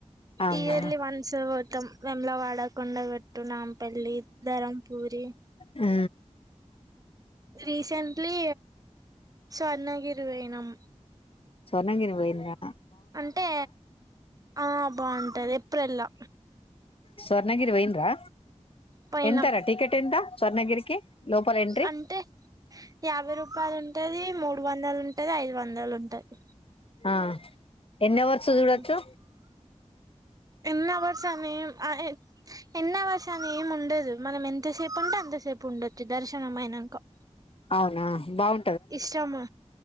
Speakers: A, on the left; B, on the right.
A: అవునా
B: ఇయర్లీ వన్స్ పోతాం వేములావాడ కొండగట్టు నాంపల్లి ధరంపూరి
A: ఉ
B: రీసెంట్లీ స్వర్ణగిరి పోయినాం
A: స్వర్ణగిరి పోయింరా
B: అంటే ఆ బాగుంటది ఏప్రిల్లో
A: స్వర్ణగిరి పోయిన్రా
B: పోయినాం
A: ఎంతార టికెట్ ఎంత స్వర్ణగిరికి లోపల ఎంట్ర్రి
B: అంటే యాభై రూపాయలు ఉంటది మూడు వందలు ఉంటది ఐదు వందలు ఉంటది
A: ఆ ఎన్ని ఆవర్స్
B: ఉమ్
A: చూడోచ్చు
B: ఎన్ని హౌర్స్ అని ఎం ఎన్ని హౌర్స్ అని ఏం ఉండదు మనం ఎంతసేపు అంటే అంతసేపు ఉండొచ్చు దర్శనం అయినాక
A: అవునా బాగుం
B: ఇష్టమా